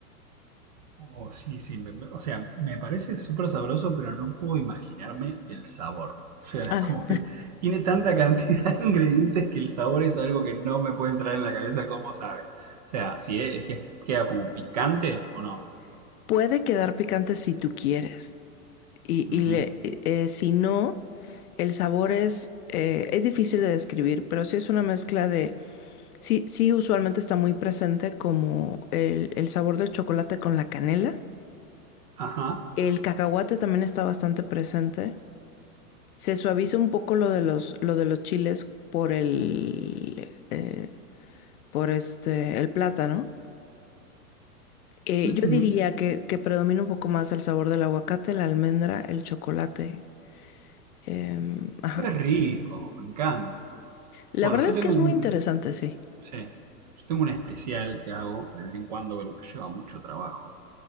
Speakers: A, on the right (about 30°); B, on the left (about 70°).
A: Oh, sí, sí, me- me- o sea, me parece súper sabroso, pero no puedo imaginarme el sabor. O sea,
B: Ah,
A: es como que tiene tanta cantidad <laughs> de ingredientes que el sabor es algo que no me puede entrar en la cabeza cómo sabe. O sea, si es, que queda como picante o no.
B: <laughs> puede quedar picante si tú quieres. Y,
A: Ujú.
B: y le- eh, si no, el sabor es, eh, es difícil de describir, pero sí es una mezcla de Sí, sí, usualmente está muy presente como el, el sabor del chocolate con la canela.
A: Ajá.
B: El cacahuate también está bastante presente. Se suaviza un poco lo de los, lo de los chiles por el, eh, por este, el plátano. Eh,
A: Ujú.
B: yo diría que, que predomina un poco más el sabor del aguacate, la almendra, el chocolate. Em, ajá.
A: Qué rico, me encanta.
B: La
A: Bueno,
B: verdad
A: yo
B: es
A: tengo
B: que es
A: un,
B: muy interesante, sí.
A: sí, yo tengo un especial que hago de vez en cuando, bueno, me lleva mucho trabajo,